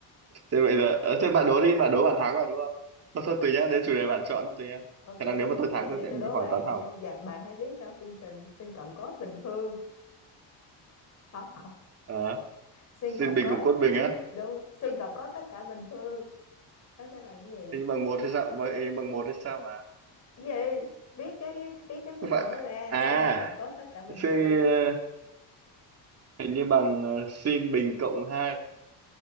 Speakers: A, on the right; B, on the left.
A: Thế bây giờ, ờ, thế bạn đố đi, bạn đố bạn thắng mà đúng không? Thôi, thôi tùy nhá, để chủ đề bạn chọn tùy nhá.
B: ok
A: Khả năng nếu mà tôi
B: vậy
A: thắng tôi
B: thì
A: sẽ
B: tôi đố
A: hỏi
B: bạn
A: toán học.
B: nha dạ bạn hãy viết ra phương trình sin cộng cos bình phương không không
A: Ờ,
B: sin
A: Xin
B: cộng
A: bình
B: cos
A: cộng cốt bình á.
B: đúng sin cộng cos tất cả bình phương nó sẽ bằng cái
A: Hình
B: gì
A: bằng một hay sao? Vậy hình bằng một hay sao mà?
B: Cái gì viết cái viết cái phương
A: Không phải.
B: trình đó ra
A: À,
B: sin cộng cos tất cả bình
A: xin,
B: phương
A: ờ, hình như bằng ờ, sin bình cộng hai